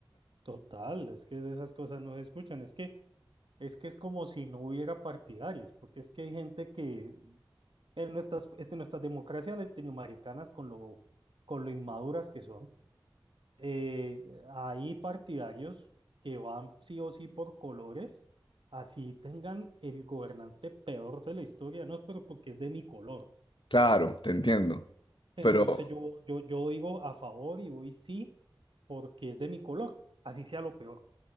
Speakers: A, on the right; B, on the left.
A: Total, es que esas cosas no se escuchan. Es que Es que es como si no hubiera partidarios, porque es que hay gente que en nuestras, este, nuestras democracias latinoamericanas, con lo, con lo inmaduras que son, eh, hay partidarios que van sí o sí por colores, así tengan el gobernante peor de la historia, no, pero porque es de mi color.
B: Claro, te entiendo,
A: Entonces
B: pero
A: yo, yo, yo digo a favor y voy sí porque es de mi color, así sea lo peor.